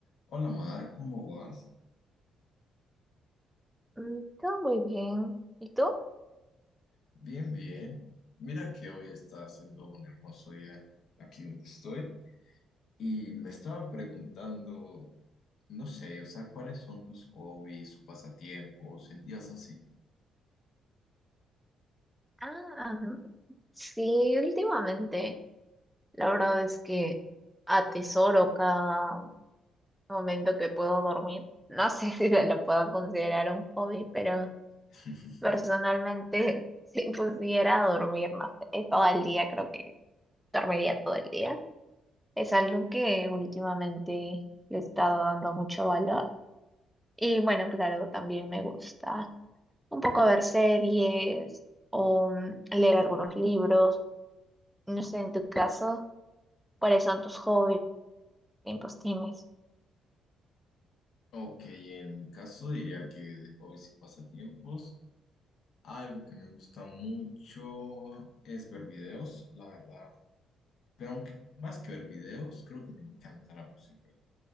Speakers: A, on the left; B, in the centre.
A: Hola Mar, ¿cómo vas?
B: Mm, Todo muy bien. ¿Y tú?
A: Bien, bien. Mira que hoy está haciendo un hermoso día aquí donde estoy y me estaba preguntando, no sé, o sea, ¿cuáles son tus hobbies o pasatiempos en días así?
B: Ah, sí, últimamente la verdad es que atesoro cada momento que puedo dormir. No sé <laughs> si se lo puedo considerar un hobby, pero
A: <laughs>
B: personalmente <laughs> si pudiera dormir, no sé, todo el día, creo que dormiría todo el día. Es algo que últimamente le he estado dando mucho valor. Y bueno, claro, también me gusta un poco ver series o mm, leer algunos libros No sé, en tu caso, ¿cuáles son tus hobbies? ¿Qué tiempos tienes?
A: Ok, en mi caso diría que de hobbies y pasatiempos, algo que me gusta mucho es ver videos, la verdad. Pero aunque más que ver videos, creo que me encanta la música.